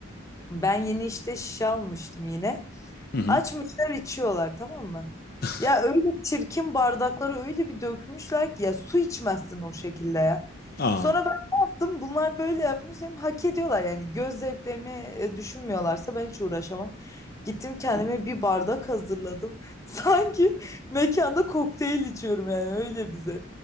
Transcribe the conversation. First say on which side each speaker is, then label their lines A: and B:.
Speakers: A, on the left; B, on the left.
A: Ben yeni işte şişe almıştım yine.
B: Hı hı.
A: Açmışlar içiyorlar tamam mı?
B: <laughs>
A: Ya öyle çirkin bardakları öyle bir dökmüşler ki ya su içmezsin o şekilde ya.
B: Aa.
A: Sonra ben ne yaptım? Bunlar böyle yapmış dedim. Hak ediyorlar yani. Göz zevklerini e, düşünmüyorlarsa ben hiç uğraşamam. Gittim kendime bir bardak hazırladım. <laughs> Sanki mekanda kokteyl içiyorum yani öyle bize.